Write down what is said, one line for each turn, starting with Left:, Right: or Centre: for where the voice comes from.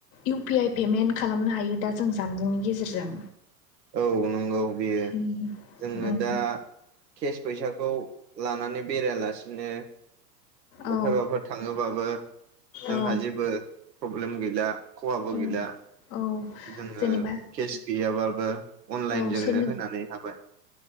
Left: इउ पि आइ पेमेन्ट खालामनो हायो दा जों जानबुंनि गेजेरजों
Right: औ नंगौ बेयो
Left: उम
Right: जोङो
Left: उम
Right: दा केस फैसाखौ लानानै बेरायलासिनो बबायबाफोर
Left: औ
Right: थाङोबाबो जोंहा
Left: औ
Right: जेबो प्रब्लेम गैला खहाबो
Left: औ
Right: गैला
Left: औ
Right: जोङो
Left: जेनेबा
Right: केस गैयाबाबो अनलाइनजोंनो
Left: औ सोरनो
Right: होनानै हाबाय